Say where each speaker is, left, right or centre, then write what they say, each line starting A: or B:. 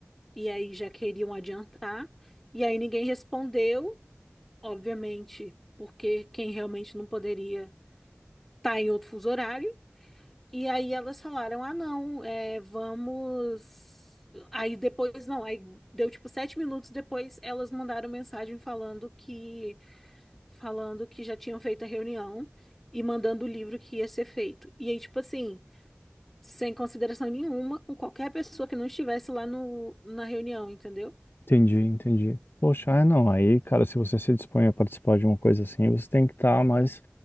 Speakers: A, in the centre; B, on the left (about 55°).
A: e aí já queriam adiantar. E aí ninguém respondeu, obviamente, porque quem realmente não poderia estar em outro fuso horário. E aí elas falaram: ah, não, é, vamos. Aí depois, não, aí deu tipo sete minutos depois, elas mandaram mensagem falando que falando que já tinham feito a reunião e mandando o livro que ia ser feito. E aí, tipo assim, sem consideração nenhuma com qualquer pessoa que não estivesse lá no, na reunião, entendeu?
B: Entendi, entendi. Poxa, ah, não, aí, cara, se você se dispõe a participar de uma coisa assim, você tem que estar mais,